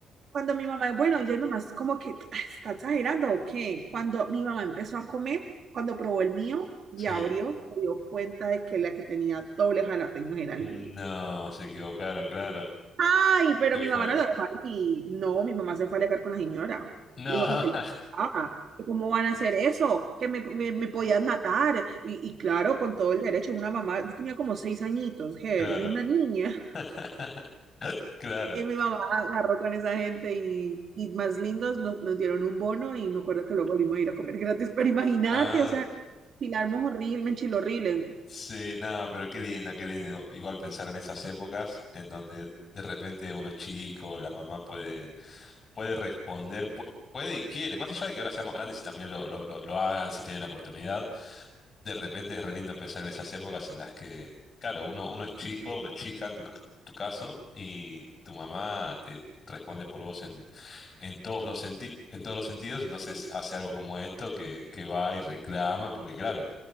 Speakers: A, on the right; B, on the left.
A: Cuando mi mamá, bueno, ya mi mamá es como que "Ah, está exagerando o qué. Cuando mi mamá empezó a comer, cuando probó el mío y
B: sí.
A: abrió, se dio cuenta de que la que tenía doble jalapeño era
B: No,
A: el mío.
B: se equivocaron, claro.
A: Ay, pero
B: Qué
A: mi
B: fuerte.
A: mamá no lo dejó ahí. No, mi mamá se fue a alegar con la señora.
B: No,
A: Le dijo que, qué
B: <laughs>
A: le pasaba, que cómo van a hacer eso, que me, me, me podían matar. Y, y claro, con todo el derecho, una mamá, yo tenía como seis añitos, Ger,
B: claro.
A: yo una niña.
B: <laughs> Claro.
A: Y mi mamá agarró con esa gente y, y más lindos nos, nos dieron un bono y me acuerdo que luego volvimos a ir a comer gratis, pero imagínate,
B: Ah,
A: o sea, enchilarmos horrible, me enchiló horrible.
B: sí, no, pero qué lindo, qué lindo. Igual pensar en esas épocas en donde de repente uno es chico, la mamá puede, puede responder, pu- puede y quiere, más allá de que ahora seamos grandes y también lo, lo, lo, lo hagan si tienen la oportunidad, De repente es re lindo pensar en esas épocas en las que, claro, uno, uno es chico, una chica en tu, ca- tu caso, y tu mamá te responde por vos en, en todos los senti- en todos los sentidos, entonces hace algo como esto que, que va y reclama, porque claro,